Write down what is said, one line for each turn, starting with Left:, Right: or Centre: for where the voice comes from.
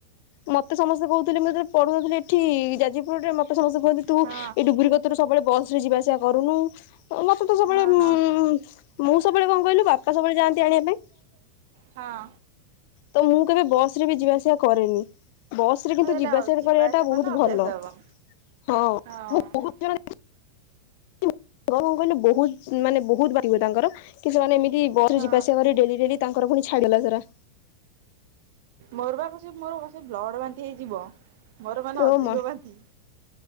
Left: ମତେ ସମସ୍ତେ କୋହୁଥିଲେ ମୁଁ ଯେତେବେଳେ ପଢୁନଥିଲି ଏଠି ଯାଜପୁଡରେ ମତେ ସମସ୍ତେ କୁହନ୍ତି ତୁ
Right: ହଁ
Left: ଏଇ ଡୁବୁରି କତୁରୁ ସବୁବେଳେ ବସରେ ଯିବା ଆସିବା କରୁନୁ। ମତେ ତ ସବୁବେଳେ
Right: ହଁ
Left: ଉଁ
Right: ହଁ
Left: ମୁଁ ସବୁବେଳେ କଣ କହିଲୁ ବାପା ସବୁବେଳେ ଯାଆନ୍ତି ଆଣିବା ପାଇଁ।
Right: ହଁ।
Left: ତ ମୁଁ କେବେ ବସରେ ବି ଯିବା ଆସିବା କରେନି। ବସରେ କିନ୍ତୁ
Right: ଆଉ ଏଇଟା
Left: ଯିବା ଆସିବା ଟା କରିବାଟା ବୋହୁତ
Right: କଲେ ଅଭ୍ୟାସ
Left: ଭଲ।
Right: ହବ
Left: ହଁ ମୁଁ
Right: ହଁ
Left: ବୋହୁତ ଥର ଦେଖିଚି <inaudible> <inaudible> କଣ କହିଲୁ ବୋହୁତ ମାନେ ବହୁତ ବାକିହୁଏ ତାଙ୍କର କିନ୍ତୁ ମାନେ ଏମି ଯଦି ବସରେ ଯିବା
Right: ହଁ
Left: ଆସିବା କରିବୁ ଡେଲି ଡେଲି ତାଙ୍କର ଫୁଣି ଛାଡିଗଲା ସେରା।
Right: ମୋର ବା କସି ମୋର ବର୍ଷେ ବ୍ଲଡ ବାନ୍ତି ହେଇଯିବ। ମୋର ମାନେ
Left: ଓ
Right: ଅଧିକ
Left: ମା
Right: ବାନ୍ତି